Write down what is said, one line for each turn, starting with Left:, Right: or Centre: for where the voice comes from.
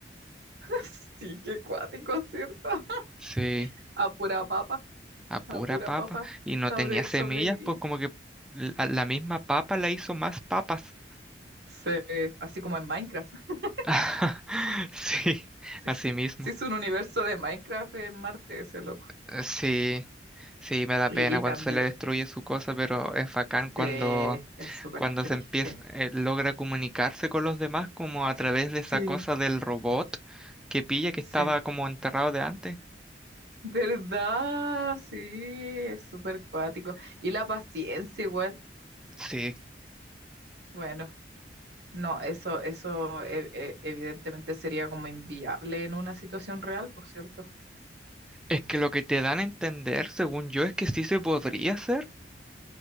Right: <laughs> Sí, qué cuático, ¿cierto? <laughs>
Centre: sí,
Right: A pura papa,
Centre: a pura
Right: a pura
Centre: papa.
Right: papa
Centre: Y no
Right: sobre,
Centre: tenía semillas,
Right: sobrevivía.
Centre: pues como que la, la misma papa la hizo más papas.
Right: Sí, así como en Minecraft. <laughs>
Centre: <laughs> Sí,
Right: Sí,
Centre: así
Right: es
Centre: mismo.
Right: sí es un universo de Minecraft en Marte, ese loco.
Centre: Eh, Sí, sí, me da
Right: Y,
Centre: pena
Right: y
Centre: cuando
Right: también,
Centre: se le destruye su cosa, pero es bacán cuando,
Right: sí, es súper
Centre: cuando
Right: triste.
Centre: se empieza, eh, logra comunicarse con los demás como a través de
Right: Sí,
Centre: esa cosa del robot que pilla que
Right: sí.
Centre: estaba como enterrado de antes.
Right: ¿Verdad? Sí, es súper cuático. Y la paciencia igual.
Centre: Sí,
Right: Bueno, no, eso, eso e- e- evidentemente sería como inviable en una situación real, por cierto.
Centre: es que lo que te dan a entender, según yo, es que sí se podría hacer.